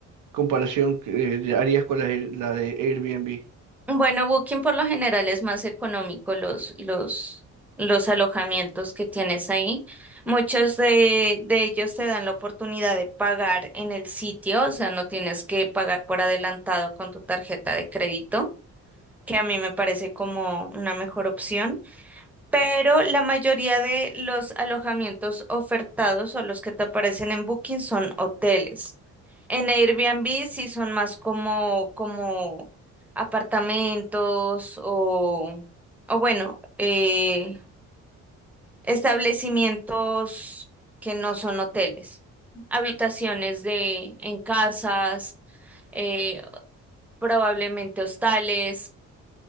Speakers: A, on the right (about 80°); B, in the centre.
A: comparación que eh, harías con la, Air- la de Airbnb.
B: Bueno, Booking por lo general es más económico los, los, los alojamientos que tienes ahí. Muchos de, de ellos te dan la oportunidad de pagar en el sitio, o sea, no tienes que pagar por adelantado con tu tarjeta de crédito. que a mí me parece como una mejor opción, pero la mayoría de los alojamientos ofertados o los que te aparecen en Booking son hoteles. En Airbnb sí son más como, como apartamentos o, o bueno, eh, establecimientos que no son hoteles, habitaciones de, en casas, eh, probablemente hostales.